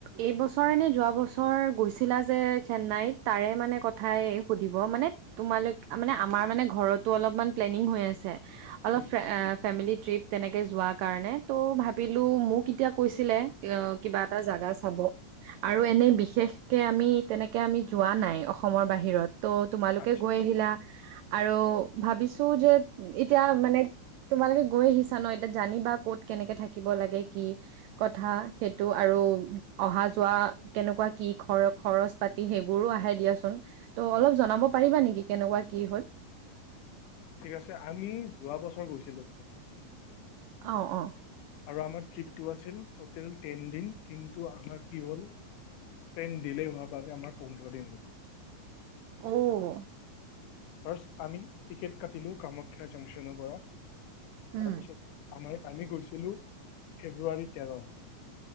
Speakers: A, on the right; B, on the left.
A: এইবছৰে নে যোৱা বছৰ গৈছিলা যে চেন্নাইত তাৰে মানে কথাই সুধিব, মানে তোমালোক মানে আমাৰ মানে ঘৰত তটো অলপমান প্লেনিং হৈ আছে। অলপ
B: উম।
A: ফেমিলি ট্ৰিপ তেনেকে যোৱাৰ কাৰণে ত' ভ বিলো মোক এতিয়া কৈছিলে কিবা এটা জাগা চাব আৰু এনেই বিশেষকে আমি তেনেকে আমি যোৱা নাই অসমৰ বাহিৰত। ত' তোমালোকে
B: আচ্ছা
A: গৈ আহিলা আৰু
B: উম
A: ভাবিছো তো যে এতিয়া মানে তোমালোকে গৈ আহিছা ন, এতিয়া জানিবা ক'ত কেনেকে থাকে। থাকিব লাগে কি কথা সেইটো আৰু অহা যোৱা, কেনেকুৱা কি খৰ খৰচ -পাতি সেইবোৰো আহে দিয়াচোন ত' অলপ জনাব পাৰিবা নেকি কেনেকুৱা কি হ'ল?
B: ঠিক আছে আমি যোৱা বছৰ গৈছিলো
A: অ' অ '
B: আৰু আমাৰ ট্ৰিপটো আছিল ট'টেল টেন দিন কিন্তু আমাৰ কি হ'ল ট্ৰেইন ডিলেই হোৱাৰ বাবে আমাৰ পোন্ধৰ দিন হৈ গ'ল।
A: অ'
B: ফাৰ্চ আমি টিকেট কাটিলো কামাখ্যা জংছনৰ পৰা।
A: উম
B: তাৰপিছত আমাৰ। আমি গৈছিলোঁ ফেব্ৰুৱাৰী তেৰ।